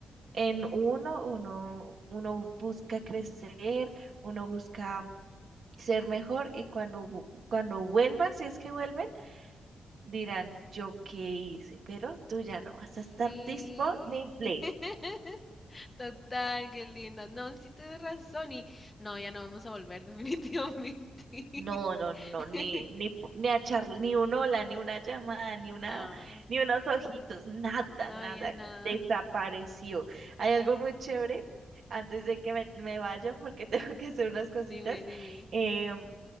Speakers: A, on the right; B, on the left.
A: en uno, uno, uno busca crecer, uno busca ser mejor y cuando, vu- cuando vuelvan, si es que vuelven, dirán, yo qué hice, pero tú ya no vas
B: sí,
A: a estar disponible.
B: <laughs> total, qué linda, no, sí tienes razón y no, ya no vamos a volver definitivamente,
A: No, no, no, ni,
B: <laughs>
A: ni, p- ni a charla, ni un hola, ni una llamada, ni una,
B: no,
A: ni unos ojitos, nada,
B: no,
A: nada,
B: ya nada.
A: desapareció. Hay algo muy chévere, antes de que me, me vaya, porque <laughs> tengo que hacer unas cositas,
B: Dime, dime.
A: em,